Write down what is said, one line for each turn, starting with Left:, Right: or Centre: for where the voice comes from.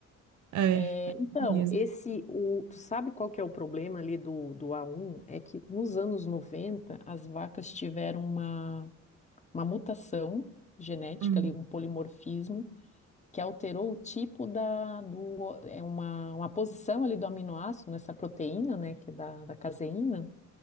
Right: É,
Left: É,
Right: é
Left: então,
Right: isso mesmo.
Left: esse, o, tu sabe qual que é o problema ali do, do a um? É que nos anos 90 as vacas tiveram uma, uma mutação genética
Right: Hum,
Left: ali, um polimorfismo, que alterou o tipo da, do, é uma, uma posição ali do aminoácido nessa proteína, né, que é da, da caseína.